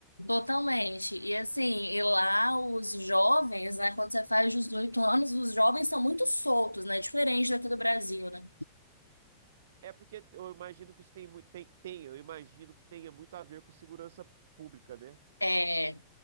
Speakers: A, on the left; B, on the right.
A: Totalmente. E assim, e lá os jovens, né, quando você faz 18 anos, os jovens são muito soltos, né? Diferente daqui do Brasil, né?
B: É porque eu imagino que isso tem, mui- tem, tem, eu imagino que tenha muito a ver com segurança pública, né?
A: É,